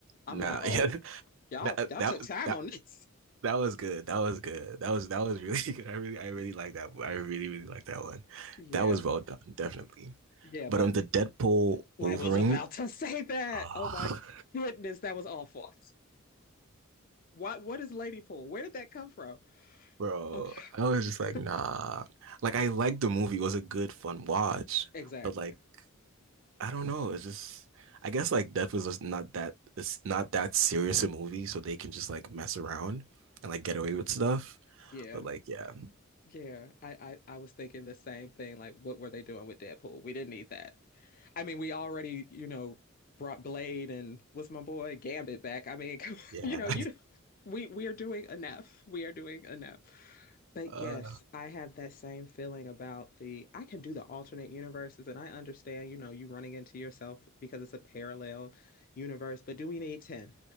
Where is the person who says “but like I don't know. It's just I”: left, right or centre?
Right